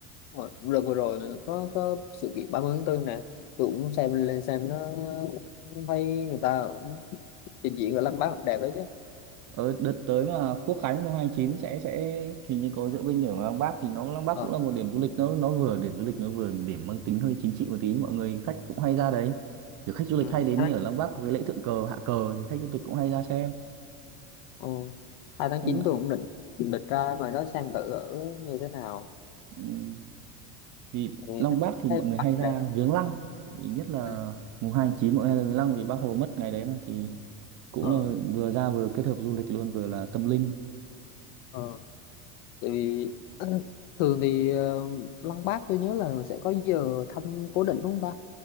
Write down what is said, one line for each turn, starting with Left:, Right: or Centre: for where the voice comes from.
Left: đúng rồi. đợt vừa rồi có có sự kiện 30 tháng tư nè tôi cũng xem lên xem nó thấy người ta cũng trình diễn ở Lăng Bác đẹp đấy chứ
Right: Ở đợt tới mà Quốc Khánh mùng hai chín sẽ sẽ thì như có diễu binh ở Lăng Bác thì nó Lăng Bác
Left: Ờ.
Right: cũng là một điểm du lịch nó nó vừa điểm du lịch nó vừa điểm mang tính hơi chính trị một tí mọi người khách cũng hay ra đấy kiểu khách du lịch
Left: Ừ.
Right: hay đến ở Lăng Bác có cái lễ thượng cờ hạ cờ thì khách du lịch cũng hay ra xem
Left: Ồ, 2 tháng
Right: trong
Left: 9 tôi cũng định định ra ngoài đó xem thử ở như thế nào
Right: ừm, vì
Left: Tại vì
Right: Lăng
Left: thấy,
Right: Bác thì
Left: thấy
Right: mọi người
Left: bạn
Right: hay ra
Left: đẹp
Right: viếng lăng Ý nhất là
Left: ừ.
Right: mùng hai chín mọi người hay ra viếng lăng vì Bác Hồ mất ngày đấy mà thì cũng
Left: ờ,
Right: là vừa ra vừa kết hợp du lịch luôn vừa là tâm linh
Left: ờ. Tại vì <clears throat> thường thì ờ, Lăng Bác tôi nhớ là sẽ có giờ thăm cố định đúng không ta